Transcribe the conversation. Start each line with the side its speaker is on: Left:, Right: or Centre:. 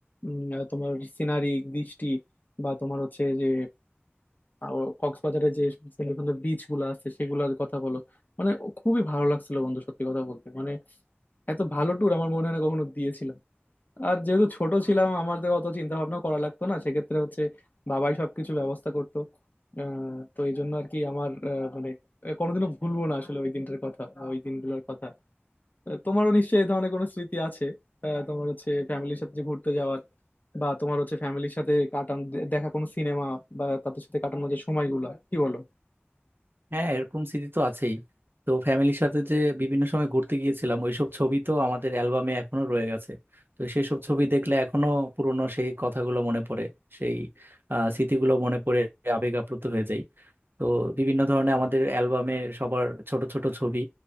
Left: উম, তোমার সিনারি দৃষ্টি বা তোমার হচ্ছে যে আর কক্সবাজারে যে সুন্দর সুন্দর বিচ গুলো আছে সেগুলোর কথা বলো মানে খুবই ভালো লাগছিল বন্ধু সত্যি কথা বলতে মানে এত ভালো ট্যুর আমার মনে হয় না কখনো দিয়েছিলাম আর যেহেতু ছোট ছিলাম আমাদের অত চিন্তা ভাবনা করা লাগতো না সেক্ষেত্রে হচ্ছে বাবাই সবকিছু ব্যবস্থা করতো আহ, তো এই জন্য আর কি আমার আহ, মানে কোনোদিনও ভুলবো না আসলে ওই দিনটার কথা বা ওই দিনগুলোর কথা আহ, তোমারও নিশ্চয়ই এই ধরনের কোনো স্মৃতি আছে আহ, তোমার হচ্ছে ফ্যামিলির সাথে যে ঘুরতে যাওয়ার বা তোমার হচ্ছে ফ্যামিলির সাথে কাটানো দেখা কোনো সিনেমা বা তাদের সাথে কাটানো যে সময়গুলো কি বলো
Right: হ্যাঁ এরকম স্মৃতি তো আছেই তো ফ্যামিলির সাথে যে বিভিন্ন সময় ঘুরতে গিয়েছিলাম ওইসব ছবি তো আমাদের অ্যালবামে এখনো রয়ে গেছে তো সেই সব ছবি দেখলে এখনো পুরনো সেই কথাগুলো মনে পড়ে সেই আহ, স্মৃতিগুলো মনে পড়ে আবেগ আপ্লুত হয়ে যায় তো বিভিন্ন ধরনের আমাদের অ্যালবামে সবার ছোট ছোট ছবি